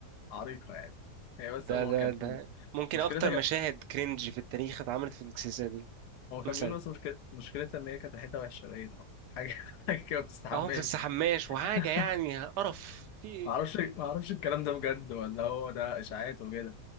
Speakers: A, on the left; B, on the right.
A: عريقه يعني هي بس
B: ده
A: هو
B: ده
A: كانت
B: ده ممكن
A: مشكلتها
B: اكتر مشاهد كرنج في التاريخ اتعملت في السلسله دي
A: هو كان
B: مثلا
A: بيقول بس مشكلة مشكلتها إن هي كانت ريحتها وحشة باينة حاجة <laughs> حاجة كده ما بتستحماش
B: اهو في السحماش
A: <laughs>
B: وحاجه يعني قرف في ايه
A: معرفش معرفش الكلام ده بجد ولا هو ده إشاعات وكده